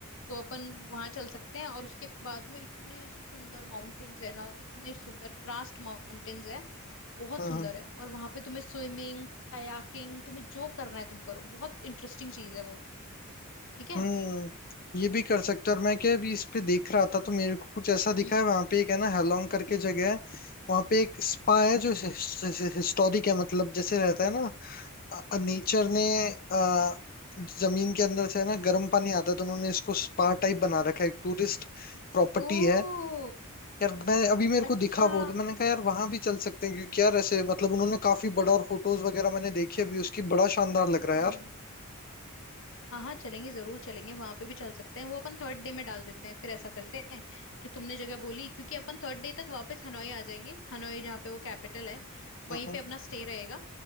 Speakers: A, on the left; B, on the left.
A: तो अपन वहां चल सकते हैं और उसके बाद में इतने सुंदर माउंटेन्स है ना इतने सुंदर क्रास्ट माउंटेन्स है बहुत
B: हाँ
A: सुंदर
B: हाँ।
A: है और वहां पे तुम्हें स्विमिंग कायाकिंग तुम्हें जो करना है तुम करो बहुत इंटरेस्टिंग चीज है वो ठीक है
B: हम्म ये भी कर सकते हो। और मैं क्या अभी इस पे देख रहा था तो मेरे को कुछ ऐसा दिखा
A: हम्म
B: है वहां पे एक है ना हेलोंग करके जगह है वहां पे एक स्पा है जो हिस्टोरिक है मतलब जैसे रहता है ना नेचर ने अ, जमीन के अंदर से है ना गर्म पानी आता है तो उन्होंने इसको स्पा टाइप बना रखा है एक टूरिस्ट प्रॉपर्टी
A: ओ
B: है यार मैं अभी मेरे को
A: अच्छा
B: दिखा वो तो मैंने कहा यार वहां भी चल सकते हैं क्योंकि यार ऐसे मतलब उन्होंने काफी बड़ा और फोटोज वगैरह मैंने देखी अभी उसकी बड़ा शानदार लग रहा
A: हम्म
B: है यार
A: हाँ हाँ चलेंगे जरूर चलेंगे वहां पे भी चल सकते हैं वो अपन थर्ड डे में डाल देते हैं फिर ऐसा करते हैं जो तुमने जगह बोली क्योंकि अपन थर्ड डे तक वापस हनोई आ जाएंगे हनोई जहाँ पे वो कैपिटल है वहीं
B: हम्म हम्म,
A: पे अपना स्टे रहेगा